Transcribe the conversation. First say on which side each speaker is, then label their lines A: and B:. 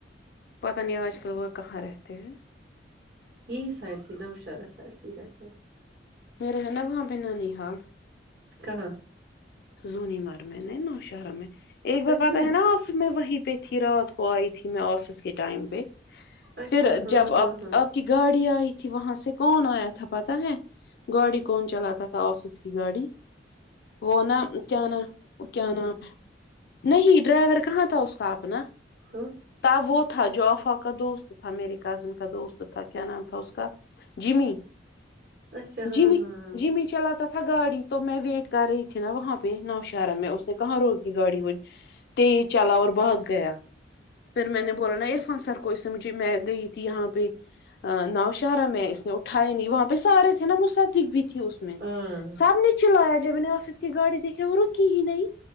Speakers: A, on the left (about 55°); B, on the right (about 55°).
A: پتہ نہیں آج کل وہ کہاں رہتے ہیں
B: یہی سائرسی نوشرہ سرسی رہتے
A: میر ہے نا وہاں پہ نانی حال
B: کہاں
A: زونی مار میں نہیں نوشہرا میں ایک بار
B: سچ
A: پتا
B: میں
A: ہے نا آ میں وہی ہی پہ تھی راوت کو آئی تھی میں آفس کے ائم پہ
B: اچھا
A: پھر
B: ہاں
A: جب آپ
B: ہاں ہاں
A: آپ کی گاڑی آئی تھی وہاں سے کون آیا تھا پتا ہے گاڑی کون چلاتا تھا آفس کی گاڑی وہ نا کیا نام کیا نام ہے نہیں ڈرائیور کہاں تھا اس کا اپنا
B: تو
A: تب وہ تھا جوفا کا دوست تھا میرے کزن کا دوست تھا کیا نام تھا اس کا جمی
B: اچھا ہاں
A: جمی
B: ہاں ہاں
A: جمی چلاتا تھا س تھا گڑی تو میں ویٹ کر رہی تھی نا وہاں پہ نوشرا میں اس نے کہاں روکی گاڑی وہ تیز چلا اور بھاگ گیا پھر میں نے بولنا ہاں سر کو اس نے مجھے میں گئی تھی یہاں پہ ناؤشہرا میں اس نے اٹھاائے نہیں وہاں پہ سارے تھے نا مجھصدق بھی تھی اس میں
B: ہاں
A: سب نے چلایا جب میں نے آفس کو کہ گاڑی دیکھ رہ وہ روکی ہی نہیں